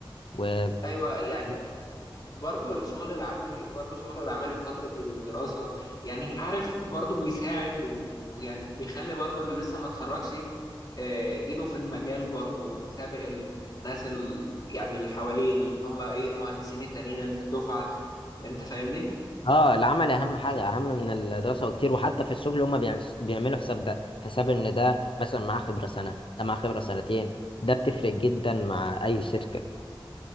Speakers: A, on the left (about 75°); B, on the left (about 50°).
A: و اه
B: ايوه يعني
A: بالظبط.
B: برضو الشغل العملي برضو الشغل العملي في فتره الدراسه يعني عارف برضو بيساعد و- ويعني بيخلي برضو اللي لسه ما اتخرجش آه، ايده في المجال برضو وسابق الناس ال... يعني اللي حواليه اللي هم ايه المهندسين التانيين اللي في الدفعه انت فاهمني
A: اه العمل اهم حاجه اهم من الدراسه وكتير وحتى في الشغل هما بيعس- بيعملوا حساب ده حساب ان ده مثلا معاه خبره سنه ده معاه خبره سنتين ده بتفرق جدا مع اي شركه